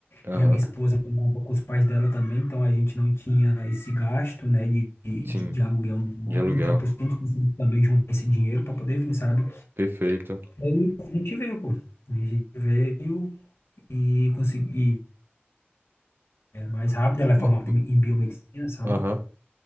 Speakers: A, on the right (about 60°); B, on the left (about 80°).
A: Aham.
B: E a minha esposa morava com os pais dela também. Então a gente não tinha esse gasto, né? De, de,
A: Sim.
B: de de aluguel, nem nada.
A: De aluguel.
B: Então por isso que a gente conseguiu também juntar esse dinheiro para poder vir, sabe?
A: Perfeito.
B: Aí a gente veio, pô. A gente veio, e consegui é, mais rápido. Ela é
A: Ma-
B: formada em em biomedicina, sabe?
A: Aham.